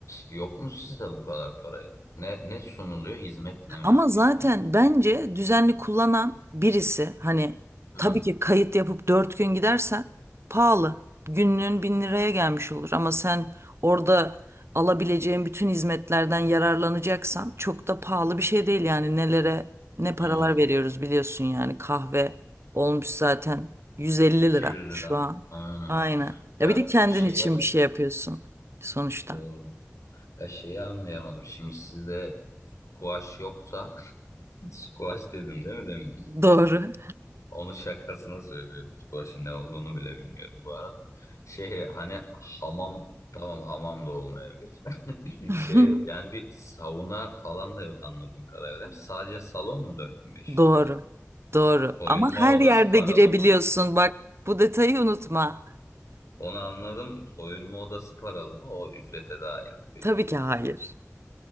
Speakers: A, on the left (about 80°); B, on the right (about 55°).
A: yok mu sizde bu kadar paraya? Ne, ne sunuluyor? Hizmet ne mes-
B: Ama zaten
A: peki?
B: bence düzenli kullanan birisi hani
A: Hmm,
B: tabii ki kayıt yapıp dört gün gidersen pahalı. Günlüğün bin liraya gelmiş olur ama sen orada alabileceğin bütün hizmetlerden yararlanacaksan çok da pahalı bir şey değil yani nelere ne
A: hmm.
B: paralar veriyoruz biliyorsun yani kahve olmuş zaten 150
A: 200
B: lira
A: lira.
B: şu an.
A: Aynen.
B: Aynen.
A: Ya
B: Ya bir de kendin
A: şeye
B: için bir şey yapıyorsun sonuçta.
A: doğru. Ya şeyi anlayamadım. Şimdi sizde squash yoksa <laughs> squash dedim değil mi demin?
B: Doğru.
A: Onu şakasına söylüyorum. Squash'ın ne olduğunu bile bilmiyorum bu arada. Şey hani hamam tamam hamam da olmayabilir. <laughs>
B: <laughs>
A: Şey yani bir sauna falan da yok anladığım kadarıyla değil mi? Sadece salon mu 4500
B: Doğru.
A: TL?
B: Doğru.
A: Soyunma
B: Ama her
A: odası
B: yerde
A: paralı
B: girebiliyorsun.
A: mı?
B: Bak bu detayı unutma.
A: Onu anladım. Soyunma odası paralı mı? O ücrete dahil mi peki?
B: Tabii ki hayır.